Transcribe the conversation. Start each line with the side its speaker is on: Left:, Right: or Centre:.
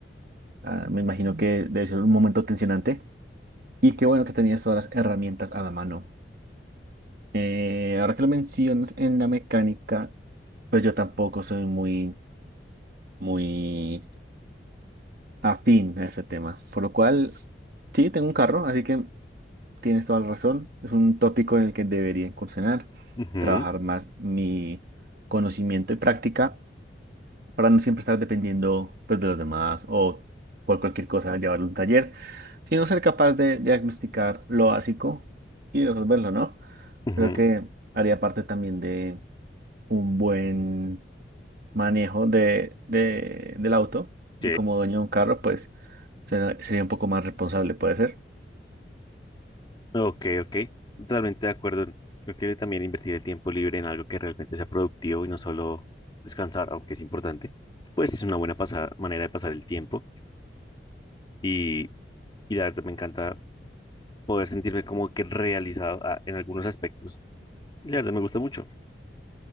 Right: ah, me imagino que debe ser un momento tensionante y qué bueno que tenías todas las herramientas a la mano. Eh, ahora que lo mencionas en la mecánica, pues yo tampoco soy muy, muy afín a este tema. Por lo cual, sí, tengo un carro, así que tienes toda la razón. Es un tópico en el que debería incursionar,
Left: Ujú,
Right: trabajar más mi conocimiento y práctica para no siempre estar dependiendo pues, de los demás o por cualquier cosa llevarlo a un taller, sino ser capaz de diagnosticar lo básico y resolverlo, ¿no?
Left: ujú,
Right: Creo que haría parte también de un buen manejo de, de- del auto y
Left: sí.
Right: como dueño de un carro, pues Será- Sería un poco más responsable, puede ser.
Left: Ok, ok. Totalmente de acuerdo. Creo que también invertir el tiempo libre en algo que realmente sea productivo y no solo descansar, aunque es importante, pues es una buena pasa- manera de pasar el tiempo. Y, y la verdad me encanta poder sentirme como que realizado ah, en algunos aspectos. Y la verdad me gusta mucho.